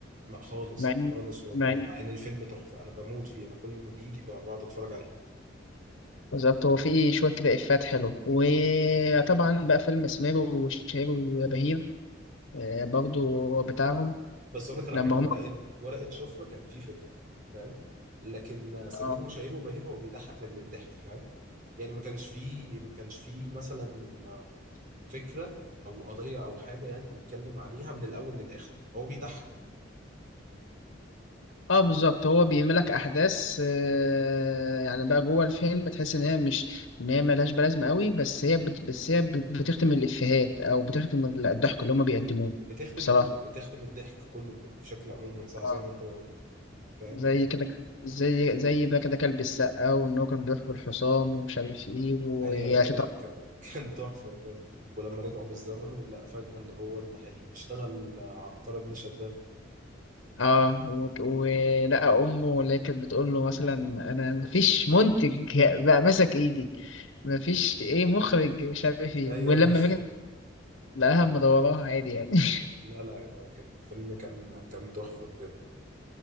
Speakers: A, on the right (about 45°); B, on the left (about 70°).
A: ما خالص
B: مع ان
A: خالص والله
B: مع ان
A: مع ان الفيلم تحفه انا بموت فيه انا كل ما بيجي ب- بقعد اتفرج عليه
B: بالظبط هو فيه شويه كده افات حلوه وطبعا بقى فيلم سمير وشهير وبهير آه، برضو بتاعهم
A: بس اقول لك على
B: لما
A: حاجه ورقه ورقه شفره كان فيه فكره فاهم لكن سمير
B: هم
A: وشهير وبهير هو بيضحك لاجل الضحك فاهم يعني ما كانش فيه ما كانش فيه مثلا فكره او قضيه او حاجه يعني بيتكلم عليها من الاول للاخر هو بيضحك
B: اه بالظبط هو بيعملك احداث آه، يعني بقى جوه الفيلم تحس ان هي مش ان هي ملهاش بلازمه قوي بس هي بت... بس هي بت- بتختم الافيهات او بتختم ال- الضحك اللي هما بيقدموه
A: بتخدم
B: بصراحه
A: ال... بتخدم الضحك كله بشكل عموما صح زي
B: اه
A: ما انت ما قلت فاهم
B: زي كده كان- زي زي بقى كده كلب السقا وان هو كان بيحب الحصان ومش عارف ايه ويا
A: ايوه ايوه
B: شطب
A: لا كان <laughs> كان تحفه بجد ولما رجعوا بالزمن ولقى فجاه ان هو اللي هيشتغل عنتر بن شداد
B: اه وك- ولقى امه اللي هي كانت بتقول له مثلا انا مفيش منتج بقى ماسك ايدي مفيش ايه مخرج مش عارف ايه
A: ايوه
B: ولما
A: ايوه
B: باجي لقاها مدوراها عادي يعني <laughs>
A: <laughs> لا لا لا كان الفيلم كان كان تحفه بجد